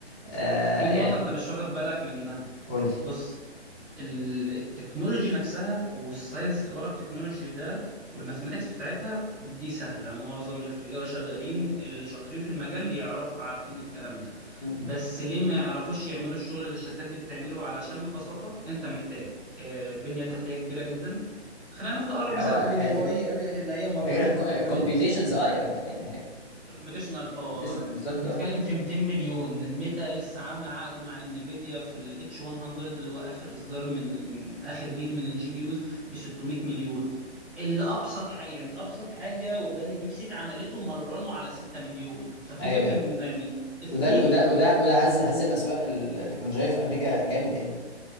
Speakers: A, on the left (about 25°); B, in the centre.
A: آه
B: في نقطة
A: يعني
B: أنت مش واخد بالك منها
A: قول لي
B: بص ال- التكنولوجي نفسها والساينس اللي ورا التكنولوجي ده والماثيماتكس بتاعتها دي سهلة معظم اللي في الاي اي شغالين اللي شاطرين في المجال يعرفوا عارفين الكلام ده
A: مم.
B: بس ليه ما يعرفوش يعملوا الشغل اللي الشركات دي بتعمله علشان ببساطة أنت محتاج آه، بنية تحتية كبيرة جدا خلينا ناخد أقرب مثال
A: هو هي
B: أوبن اي
A: الفكرة
B: اي قالت إن هي مرنت
A: فاكر
B: مرنت
A: كومبيوتيشنز
B: شات جي بي تي
A: ايوه ايوه
B: الكمبيوتيشنال باور
A: الكومبيوتيشن بالظبط
B: بنتكلم
A: اه
B: في 200 مليون ميتا لسه عامله عقد مع انفيديا في الاتش 100 اللي هو اخر اصدار من اخر جيل من الجي بي يوز ب 600 مليون اللي ابسط حاجه يعني ابسط حاجه وده اللي ديب سيك عملته مرنه على 6 مليون ففكره
A: ايوه
B: ان يعني الثيري
A: وده وده
B: او
A: وده
B: يا
A: وده هز هز الاسواق التكنولوجيه في امريكا جامد يعني